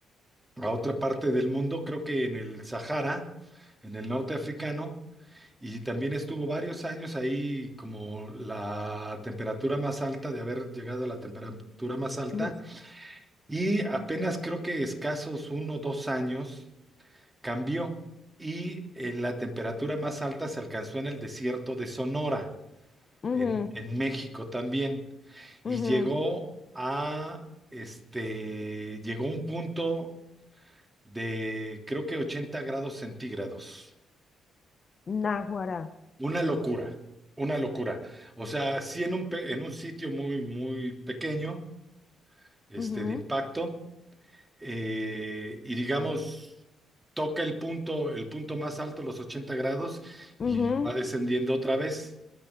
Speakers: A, on the right; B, on the left.
A: a otra parte del mundo, creo que en el Sahara, en el norte africano, y también estuvo varios años ahí como la temperatura más alta, de haber llegado a la temperatura más alta,
B: Ujú,
A: y apenas creo que escasos uno o dos años cambió y eh, la temperatura más alta se alcanzó en el desierto de Sonora,
B: ujú,
A: en, en México también, y
B: ujú,
A: llegó a, este, llegó a un punto de creo que 80 grados centígrados.
B: Náguara.
A: Una locura, una locura. O sea, sí en un, pe- en un sitio muy, muy pequeño, este,
B: Ujú,
A: de impacto. eh, y digamos, toca el punto, el punto más alto, los 80 grados,
B: ujú,
A: y va descendiendo otra vez.